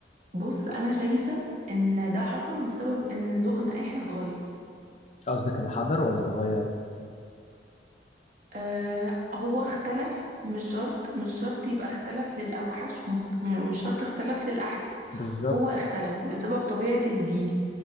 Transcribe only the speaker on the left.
قصدك انحدر ولا اتغير
بالظبط